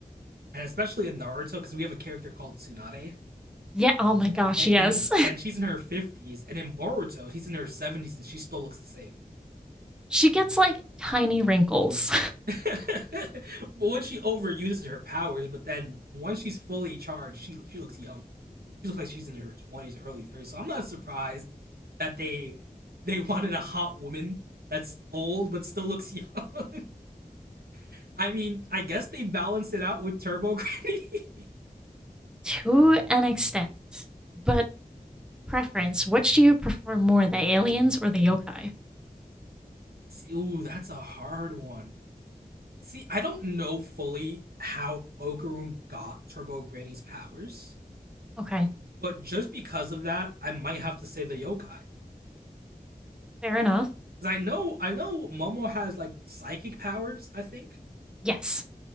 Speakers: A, on the right (about 90°); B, in the centre.
A: And especially in Naruto, because we have a character called Tsunade,
B: Yeah. Oh my gosh.
A: and
B: Yes.
A: and, and she's in her fifties, and in Boruto, she's in her seventies, and she still looks the same.
B: <laughs> she gets like tiny wrinkles
A: <laughs> but once she overuses her powers, but then once she's fully charged, she she looks young. She looks like she's in her twenties, early thirties. So I'm not surprised that they they wanted a hot woman that's old but still looks young. <laughs> I mean, I guess they balanced it out with Turbo Granny. <laughs>
B: <laughs> to an extent. But preference, which do you prefer more, the aliens or the yokai?
A: Ooh, that's a hard one. See, I don't know fully how Okarum got Turbo Granny's powers,
B: Okay.
A: but just because of that, I might have to say the yokai.
B: Fair enough.
A: Cause I know I know Momo has like psychic powers, I think.
B: Yes.